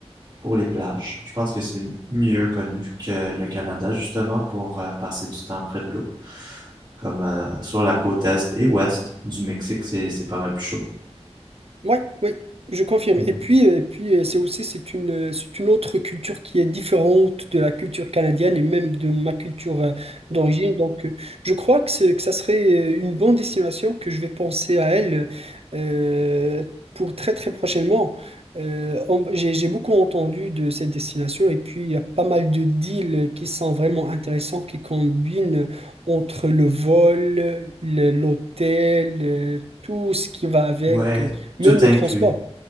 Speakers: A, on the right; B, on the right.
A: pour les plages. Je pense que c'est mieux connu que le Canada, justement, pour euh, passer du temps près de l'eau. Comme euh, sur la côte est et ouest du Mexique, c'est, c'est pas mal plus chaud.
B: Oui, oui, je confirme.
A: Mhm.
B: Et puis, euh, et puis euh, c'est aussi c'est une, euh, c'est une autre culture qui est différente de la culture canadienne et même de ma culture euh, d'origine. Donc, euh, je crois que, ce- que ça serait euh, une bonne destination que je vais penser à elle euh, pour très très prochainement. Euh, en- j'ai, j'ai beaucoup entendu de cette destination et puis il y a pas mal de deals qui sont vraiment intéressants, qui combinent entre le vol, le- l'hôtel, euh, tout ce qui va avec.
A: Ouais,
B: Même
A: tout inclus.
B: le transport.